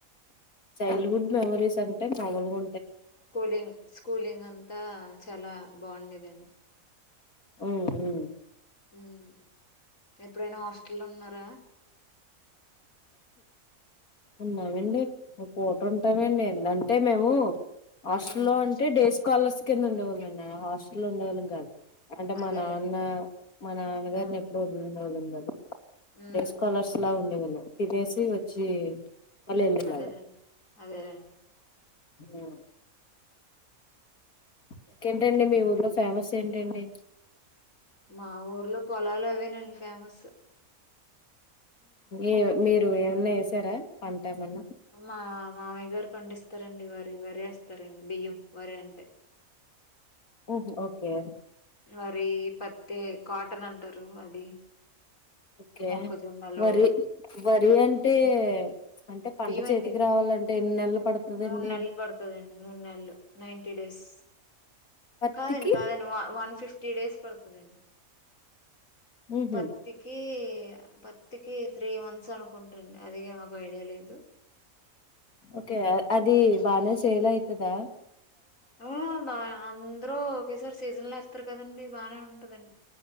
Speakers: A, on the left (about 85°); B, on the left (about 65°).
A: చైల్డ్ హుడ్ మెమోరీస్ అంటే మాముూలుగా
B: స్కూలింగ్ స్కూలింగ్ అంతా చాలా బాగుండేదండి
A: ఓ ఉ
B: మ్మ్ ఎప్పుడైనా హాస్టల్లో ఉన్నారా
A: ఉన్నామండి పట <unintelligible> ఉంటామండి ఎంటంటే మేము హాస్టల్లో
B: ఉమ్
A: అంటే డే స్కాలర్స్ కింద ఉండేవాళ్ళెనా హాస్టల్లో ఉండేవాళ్ళం కాదు అంటే
B: అదేలేండి
A: మా నాన్న మా నాన్నగారిని
B: ఆ
A: ఎప్పుడు వదిలి ఉండేవాళ్ళం కాదు
B: ఉమ్
A: డేస్ స్కాలర్స్ లా ఉండేవాళ్ళు తినేసి వచ్చి మళ్ళీ వెళ్లే
B: అదేలేండి
A: వాళ్ళం
B: అదేలేండి
A: నా ఇంకేంటండి మీ ఊర్లో ఫేమస్ ఏంటండి
B: మా ఊర్లో పొలాలు అవేనండి ఫేమస్
A: ఏం మీరు ఏమన్నా వేసారా పంట ఏమన్నా
B: మా మామయ్య గారు పండిస్తారండి వరి వరి ఏస్తారు బియ్యం వరి అంతే
A: ఓహ్ ఓకే వా
B: వరి పత్తి కాటన్ అంటారు అది
A: ఓకే
B: మొక్కజొన్నలు
A: వరి వరి అంటే అంటే పంట
B: బియ్యం
A: చేతికి
B: అండి
A: రావాలంటే ఎన్ని నెలలు పడుతుందండి
B: మూడు నెలలు పడుతాదండి మూడు నెలలు నైన్టీ డేస్
A: పత్తికి
B: కాదండి కాదండి వన్ ఫిఫ్టీ డేస్ పడుతాది అండి
A: హుహు.
B: పత్తికి పత్తికి త్రీ మంత్ అనుకుంటండి అది నాకు ఐడియా లేదు
A: ఓకే అది బానే సేల్ ఐతదా
B: ఆ బా అందరూ ఒకేసారి సీజన్ లో ఎతారు కదండి బాగానే ఉంటదండి